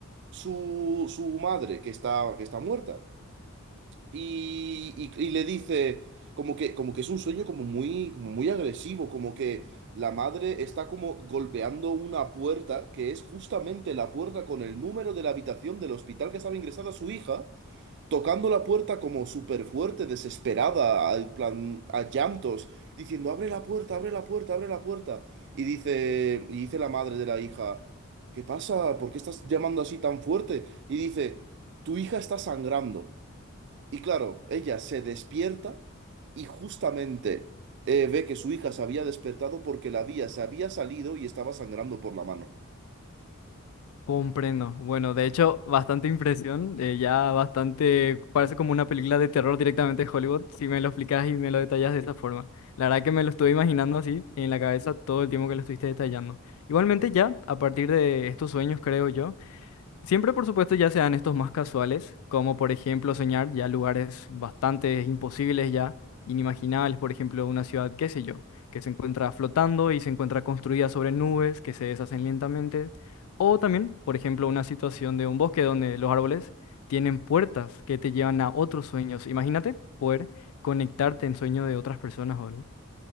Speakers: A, on the right; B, on the left.
A: su, su madre, que está, que está muerta y, y- y le dice como que, como que es un sueño como muy, como muy agresivo, como que la madre está como golpeando una puerta, que es justamente la puerta con el número de la habitación del hospital que estaba ingresada su hija, tocando la puerta como súper fuerte, desesperada, al plan, a llantos, diciendo, abre la puerta, abre la puerta, abre la puerta. Y dice, y dice la madre de la hija, ¿qué pasa? ¿Por qué estás llamando así tan fuerte? Y dice, tu hija está sangrando. Y claro, ella se despierta y justamente eh, ve que su hija se había despertado porque la vía se había salido y estaba sangrando por la mano.
B: Comprendo. Bueno, de hecho, bastante impresión, eh, ya bastante, parece como una película de terror directamente de Hollywood, si me lo explicas y me lo detallas de esa forma. La verdad que me lo estuve imaginando así en la cabeza todo el tiempo que lo estuviste detallando. Igualmente ya, a partir de estos sueños, creo yo, Siempre, por supuesto, ya sean estos más casuales, como por ejemplo soñar ya lugares bastante imposibles, ya inimaginables, por ejemplo, una ciudad, qué sé yo, que se encuentra flotando y se encuentra construida sobre nubes que se deshacen lentamente, o también, por ejemplo, una situación de un bosque donde los árboles tienen puertas que te llevan a otros sueños. Imagínate poder conectarte en sueño de otras personas, ¿verdad?